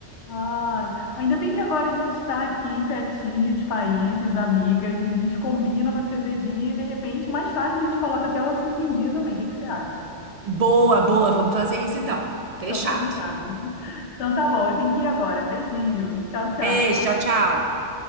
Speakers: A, on the left (about 70°); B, on the right (about 55°).
A: Ai, ainda bem que agora a gente está aqui pertinho de países, amigas, a gente combina uma cervejinha e de repente mais tarde a gente coloca até o assunto em dia também. O que que você acha?
B: Boa, boa, vamos fazer isso então. Fechado.
A: Então, combinado. Então, tá bom, eu tenho que ir agora. Beijinho. Tchau, tchau.
B: Beijo, tchau, tchau.